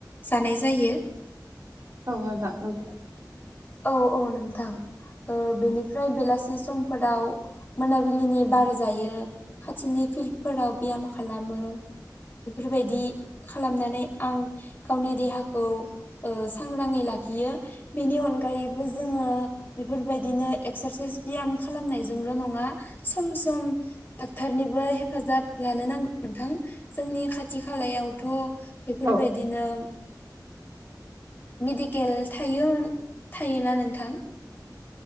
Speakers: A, on the left (about 30°); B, on the right (about 45°).
A: जानाय जायो।
B: औ आ नो
A: औ औ नोंथां बेनिफ्राय बेलासि समफोराव मोनाबिलिनि बार जायो खाथिनि फिल्डफोराव बेयाम खालामो बेफोरबायदि खालामनानै आं गावनि देहाखौ सांग्राङै लाखियो बेनि अनगायैबो जोङो बेफोरबायदिनो एक्सारसाइस बियाम खालामनायजोंल' नङा सम सम डाक्टरनिबो हेफाजाब लानो नांगौ नोंथां जोंनि खाथि खालायावथ' बेफोरबायदिनो
B: औ
A: मेडिकेल थायोमोन थायोना नोंथां।